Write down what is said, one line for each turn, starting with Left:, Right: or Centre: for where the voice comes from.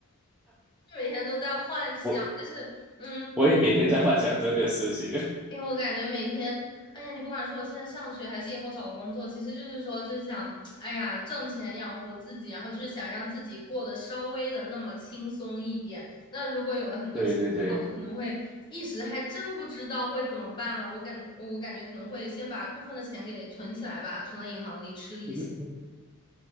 Left: 就每天都在幻想。
Centre: 我
Left: 但是，嗯，
Centre: 我也每天在幻想这个事情，
Left: 因为我感觉每天，哎呀，你不管说我现在上学还是以后找工作，其实就是说，就是想，哎呀，挣钱养活自己，然后就是想让自己过得稍微的那么轻松一点。那如果有了很多钱的话，
Centre: <laughs> 对对对，
Left: 我可能会一时还真不知道会怎么办了。我感我感觉可能会先把部分的钱给存起来吧，存到银行里吃利息。
Centre: <laughs>